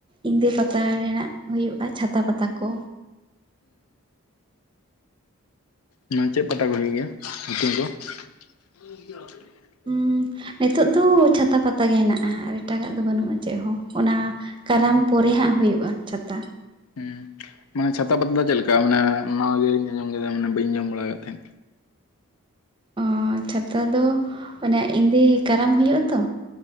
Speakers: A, on the right; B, on the left.
A: ᱤᱸᱫᱟᱹ ᱯᱟᱛᱟ ᱨᱮᱱᱟᱜ ᱦᱩᱭᱩᱜᱼᱟ ᱪᱷᱟᱛᱟ ᱯᱟᱛᱟ ᱠᱚ
B: ᱦᱮᱸ ᱪᱮᱫ ᱯᱟᱛᱟ ᱠᱚ ᱞᱮᱭ ᱜᱮᱭᱟ ᱧᱩᱛᱩᱢ ᱠᱚ <unintelligible>
A: ᱦᱩᱸ ᱱᱤᱛᱚᱜ ᱫᱚ ᱪᱷᱟᱛᱟ ᱯᱟᱛᱟ ᱜᱮ ᱦᱮᱱᱟᱜᱼᱟ ᱟᱨ ᱮᱴᱟᱜᱟᱜ ᱫᱚ ᱵᱟᱹᱱᱩᱜᱼᱟ ᱪᱮᱫ ᱦᱚᱸ ᱚᱱᱟ ᱠᱟᱨᱟᱢ ᱯᱚᱨᱮ ᱦᱟᱸᱜ ᱦᱩᱭᱩᱜᱼᱟ ᱪᱷᱟᱛᱟ
B: ᱦᱩᱸ ᱢᱟᱱᱮ ᱪᱷᱟᱛᱟ ᱯᱟᱛᱟ ᱫᱚ ᱪᱮᱫ ᱞᱮᱠᱟ ᱢᱟᱱᱮ ᱱᱟᱣᱟᱜᱤᱧ ᱟᱸᱡᱚᱢ ᱠᱮᱫᱟ ᱢᱟᱱᱮ ᱵᱟᱹᱧ ᱟᱸᱡᱚᱢ ᱵᱟᱲᱟ ᱠᱟᱫ ᱛᱟᱦᱮᱸᱫ
A: ᱚᱹ ᱪᱷᱟᱛᱟ ᱫᱚ ᱚᱱᱮ ᱮᱫᱮ ᱠᱟᱨᱟᱢ ᱦᱩᱭᱩᱜᱼᱟ ᱛᱚ